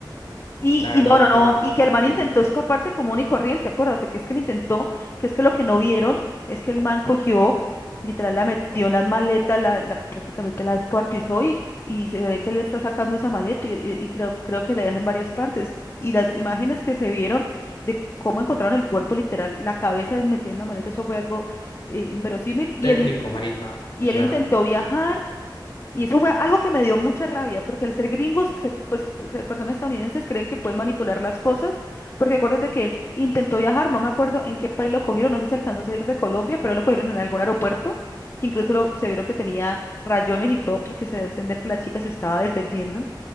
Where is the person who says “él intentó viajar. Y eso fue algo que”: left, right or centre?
Left